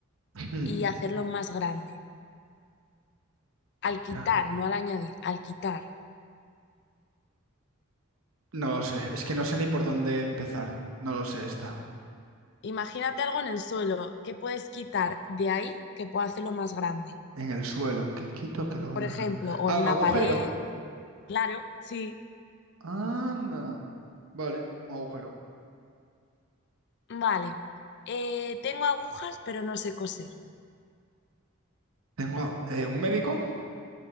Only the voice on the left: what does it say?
y
hacerlo más grande.
Al quitar, no al añadir, al quitar.
Imagínate algo en el suelo que puedes quitar de ahí que pueda hacerlo más grande.
Por
ejemplo,
o
en una
pared. Claro, sí.
Vale. Eh, tengo agujas, pero no sé coser.